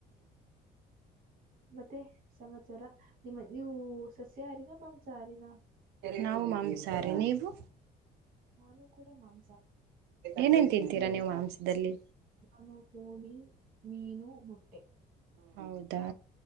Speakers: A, on the right; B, on the right.
A: ಮತ್ತೆ ಸಮಾಚಾರ ನಿಮ್ಮ ನೀವು ಸಸ್ಯ ಆಾರಿನ ಮಾಂಸಹಾರಿನ
B: ನಾವು ಮಾಂಸಾಹಾರಿ ನೀವು
A: ನಾನು ಕೂಡ ಮಾಂ
B: ಏನೇನ್ ತಿಂತೀರಾ ನೀವು ಮಾಂಸದಲ್ಲಿ
A: ನಾನು ಕೋಳಿ, ಮೀನು, ಮೊಟ್ಟೆ
B: ಹೌದಾ